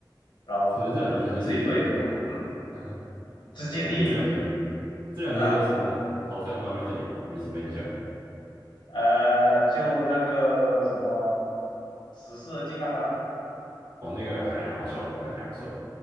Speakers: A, on the left; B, on the right.
A: 然后你自己对，
B: 我觉得这两年他就是第一了吧，我。
A: 嗯，
B: <laughs>
A: 直接第一
B: 感觉这两年这两年有什么好看的漫威电影吗？
A: 啊，
B: 没什么印象。
A: 呃，就那个什么，死侍金刚狼，
B: 哦，那个还蛮好笑的，那个还不错。
A: <laughs>